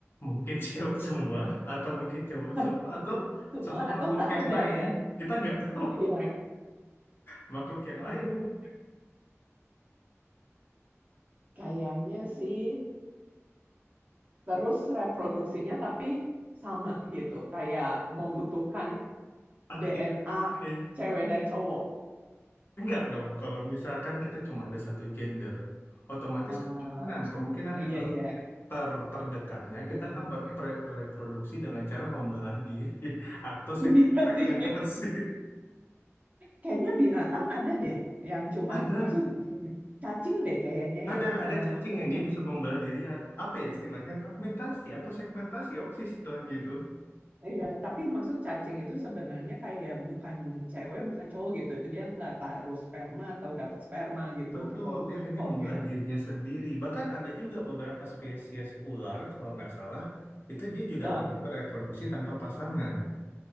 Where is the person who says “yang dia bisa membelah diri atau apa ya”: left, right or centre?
Left